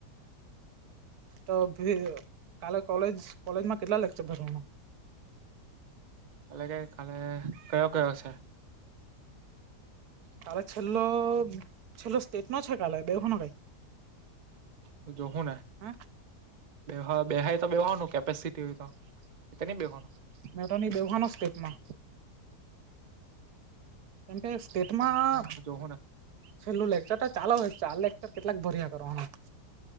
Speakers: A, on the right (about 65°); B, on the right (about 45°).
A: તો કાલે કોલે કોલેજમાં કેટલા લેક્ચર ભરવાના?
B: અ લગે કાલે <unintelligible> કયો કયો શે?
A: કાલે છેલ્લો છેલ્લો સ્ટેટનો છે કાલે બેહવાનો કાઈ?
B: તો જો હે ને
A: હા
B: બેહો બેહાય તો બેહવાનું કેપેસિટી હોય તો ની તો ની બેહવાનું
A: મે તો ની બેહવાનો સ્ટેટમાં કેમ કે સ્ટેટમાં
B: જોહું ને
A: છેલ્લું લેકચર તો ચાલે અવે ચાલે કેટલાક ભરીયા કરવા ના